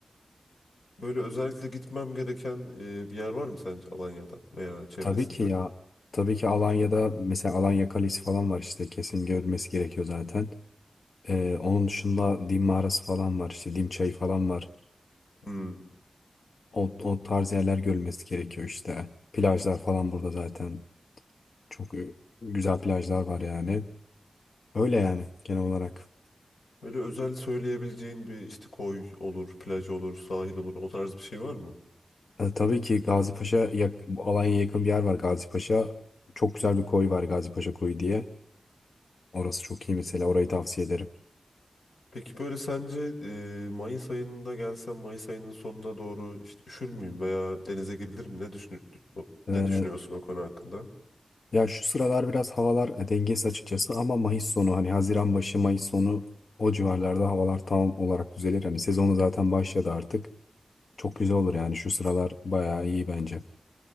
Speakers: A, on the left; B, on the left.
A: Böyle özellikle gitmem gereken e, bir yer var mı sence Alanya'da veya çevresinde?
B: Tabii ki ya. Tabii ki Alanya'da mesela Alanya Kalesi falan var işte. Kesin görülmesi gerekiyor zaten. Ee, onun dışında Dim Mağarası falan var. işte Dim Çayı falan var.
A: Hmm.
B: O, o tarz yerler görülmesi gerekiyor işte. Plajlar falan burada zaten. Çok e, güzel plajlar var yani. Öyle yani genel olarak.
A: Böyle özel söyleyebileceğin bir işte koy olur, plaj olur, sahil olur o tarz bir şey var mı?
B: E, tabii ki Gazipaşa yak, bu Alanya'ya yakın bir yer var Gazipaşa. Çok güzel bir koy var Gazipaşa Koyu diye. Orası çok iyi mesela orayı tavsiye ederim.
A: Peki böyle sence e, Mayıs ayında gelsem Mayıs ayının sonuna doğru işte üşür müyüm veya denize girilir mi? Ne düşün
B: E,
A: ne düşünüyorsun o konu hakkında?
B: ya şu sıralar biraz havalar e, dengesiz açıkçası ama Mayıs sonu hani Haziran başı Mayıs sonu o civarlarda havalar tam olarak düzelir. Hani sezonu zaten başladı artık. Çok güzel olur yani şu sıralar bayağı iyi bence.